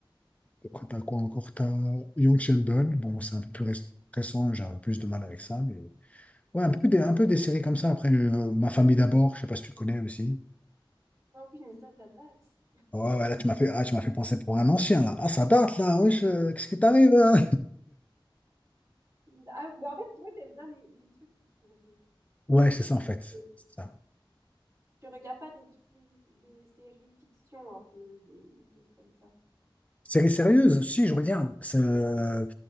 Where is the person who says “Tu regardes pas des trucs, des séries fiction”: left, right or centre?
Right